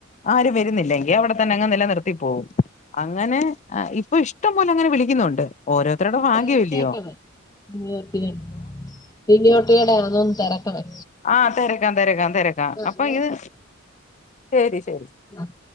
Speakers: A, on the left; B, on the left.
A: ആരും വരുന്നില്ലെങ്കി അവിടെ തന്നെ അങ്ങ് നിലനിർത്തി പോകും അങ്ങനെ ആ ഇപ്പൊ ഇഷ്ടം പോലെ അങ്ങനെ വിളിക്കുന്നുണ്ട് ഓരോരുത്തരുടെ ഭാഗ്യം
B: തിരക്കിയേക്കണേ
A: അല്ലയോ
B: ഇയ്യോട്ടിയ പിന്നോട്ടിടന്ന ഒന്ന് തിരക്കണേ
A: ആഹ് തെരക്കാം തെരക്കാം
B: ആഹ്
A: അപ്പൊ
B: എന്നാ
A: ഇത് ശരി ശരി
B: ആഹ്